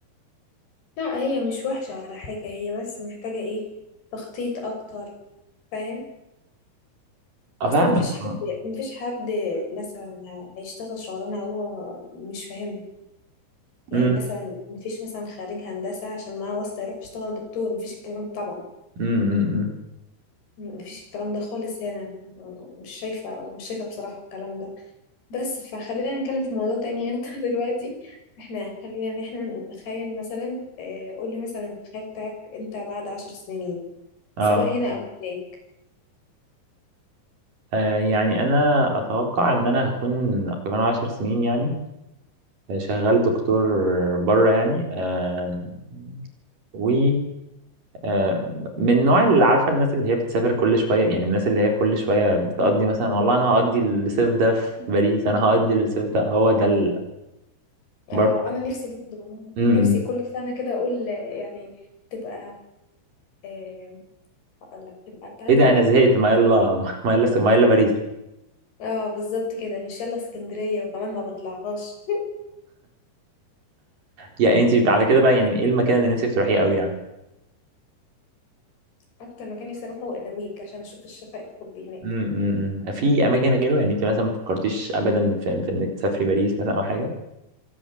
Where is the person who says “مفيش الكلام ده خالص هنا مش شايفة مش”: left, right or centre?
Left